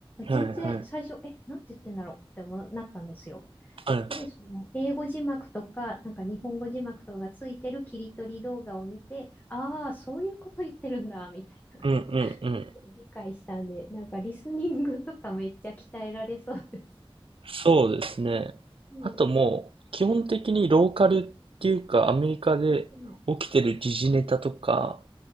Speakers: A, on the right (about 65°); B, on the left (about 20°).
A: はいはい。
B: 全然最初、え、なんて言ってんだろうって思うなったんですよ。
A: はい。
B: で、その、英語字幕とか、なんか日本語字幕とかがついてる切り取り動画を見て、ああ、そういうこと言ってるんだ、みたいな、
A: うんうんうん。
B: <laughs> 理解したんで、なんかリスニングとかめっちゃ鍛えられそうです。
A: そうですね。
B: うん。
A: あともう、基本的にローカルっていうか、アメリカで起きてる時事ネタとか、
B: うん。